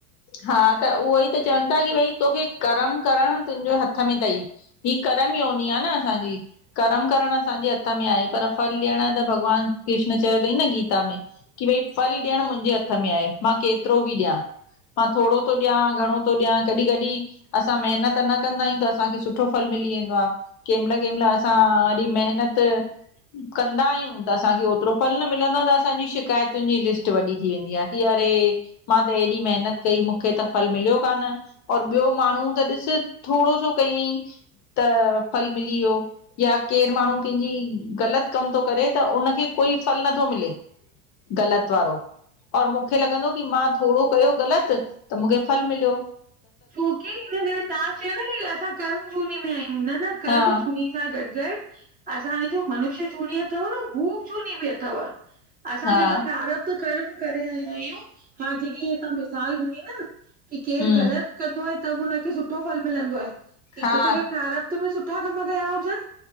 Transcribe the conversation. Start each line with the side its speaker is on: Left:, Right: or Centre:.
Left: हा त उहो ई त चवन था कि भई तोखे कर्म करण तुंहिंजे हथ में थई। ही करम योनी आ न असांजी। कर्म करण असांजे हथ में आहे पर फल ॾियणु त भॻवान कृष्ण चयो थईं न गीता में। कि भई फल ॾियण मुंहिंजे हथ में आहे, मां केतिरो बि ॾियां। मां थोड़ो थो ॾिया, घणो थो ॾिया, कॾि कॾिं असां मेहनत न कंदा आहियूं त असांखे सुठो फल मिली वेंदो आ। कंहिं मइल कंहिं मइल असां वरी महिनत कंदा आहियूं त असांखे ओतरो फल न मिलंदो आहे त असांजी शिकायतुनि जी लिस्ट वॾी थी वेंदी आहे। कि अरे मां त एॾी मेहनत कई मूंखे त फल मिलियोइ कान और ॿियो माण्हू त ॾिस थोड़ो सो कईं त फल मिली वियो। या केरु माण्हू कंहिंजी ग़लत कम थो करे त उनखे कोई फल नथो मिले ग़लत वारो और मूंखे लॻंदो कि मां थोड़ो कयो ग़लत त मूंखे फल मिलयो।
Right: छोकि हिन करे तव्हां चयो न कि असां कर्म जूनी में आहियूं, न- न कर्म
Left: हा
Right: जूनी सां गॾु गॾु असांजे जो मनुष्य जूनी अथव न भूत जूनी बि अथव। असां
Left: हा
Right: जेका प्रारब्ध कर्म करे आया आहियूं, हा जेकी तव्हां मिसाल ॾिनी न कि केर
Left: हम्म
Right: ग़लत कंदो आहे त बि हुनखे सुठो फल मिलंदो आहे, थी
Left: हा
Right: तो सघे प्रारब्ध में सुठा कम कया हुजन!